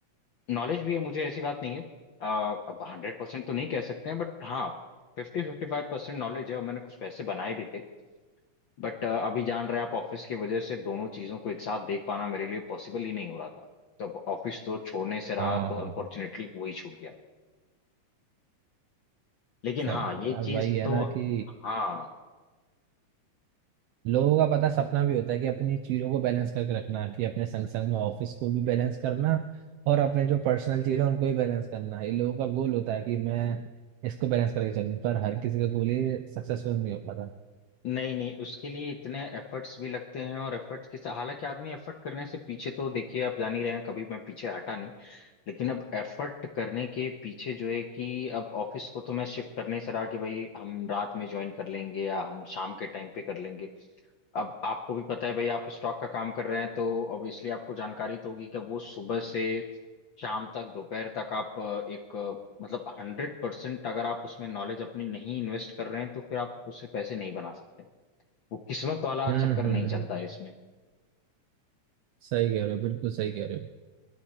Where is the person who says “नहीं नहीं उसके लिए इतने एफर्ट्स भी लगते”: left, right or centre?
Left